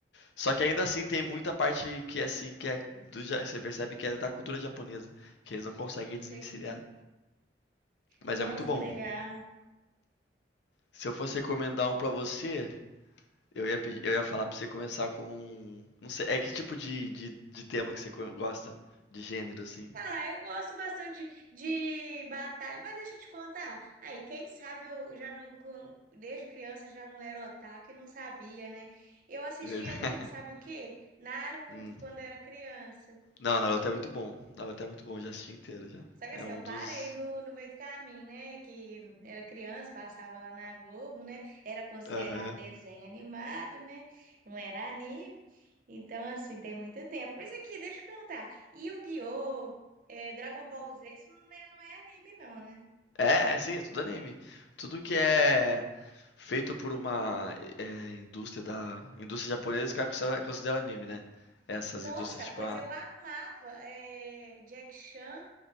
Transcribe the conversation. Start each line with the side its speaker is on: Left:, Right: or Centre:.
Left: Só que ainda assim tem muita parte que é assim, que é do, ja- você percebe que é da cultura japonesa, que eles não conseguem
Right: entendi.
Left: desvencilhar. Mas
Right: Nossa,
Left: é muito bom.
Right: que legal.
Left: Se eu fosse recomendar um pra você, Eu ia, pedir, eu ia falar pra você começar com. Não sei, é que tipo de, de, de tema que você co- gosta? De gênero, assim.
Right: Ah, eu gosto bastante de, de batalha, mas deixa eu te contar. Aí, quem sabe eu já não, com- desde criança eu já não era otaku e não sabia, né? Eu assistia
Left: De verdade.
Right: muito, sabe
Left: <laughs>
Right: o quê? Naruto
Left: Hum.
Right: quando era criança.
Left: Não, Naruto é muito bom. Naruto é muito bom, já assisti inteiro já.
Right: Só que
Left: É
Right: assim,
Left: um
Right: eu parei
Left: dos.
Right: no, no meio do caminho, né? Que era criança, passava lá na Globo, né? Era considerado
Left: Aham.
Right: desenho animado, né? Não era anime. Então, assim, tem muito tempo. Mas aqui, deixa eu perguntar. Yu-Gi-Oh! eh, Dragon Ball Z, isso não é, não é anime, não, né?
Left: É, é, sim, é tudo anime. Tudo que é feito por uma é, indústria da. Indústria japonesa, os caras consideram considera anime, né? Essas
Right: Nossa,
Left: indústrias, tipo
Right: pois
Left: a.
Right: eu amava eh, Jack Chan,